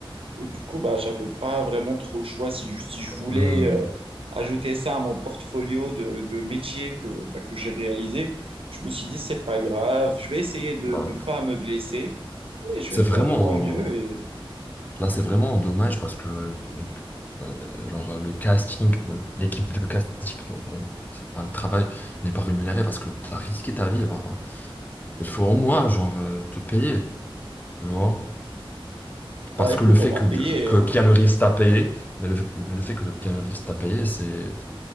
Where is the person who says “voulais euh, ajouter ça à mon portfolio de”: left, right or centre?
Right